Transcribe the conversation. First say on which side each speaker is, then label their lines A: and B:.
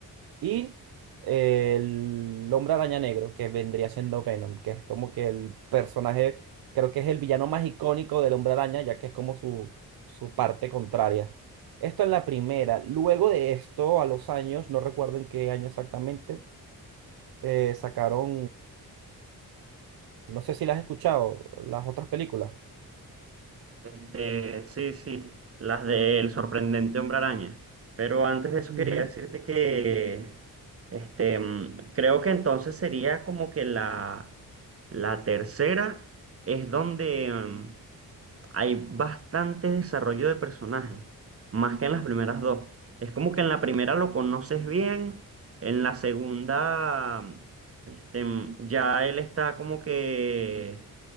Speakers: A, on the right; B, on the right.
A: Y eh, el Hombre Araña Negro, que vendría siendo Venom, que es como que el personaje, creo que es el villano más icónico del Hombre Araña, ya que es como su, su parte contraria. Esto en la primera. Luego de esto, a los años, no recuerdo en qué año exactamente, eh, sacaron, no sé si las has escuchado, las otras películas.
B: Este, sí, sí, las del sorprendente hombre araña. Pero antes de eso
A: Ujú,
B: quería decirte que, este, mm, creo que entonces sería como que la, la tercera es donde, mm, hay bastante desarrollo de personaje, más que en las primeras dos. Es como que en la primera lo conoces bien, en la segunda, este, ya él está como que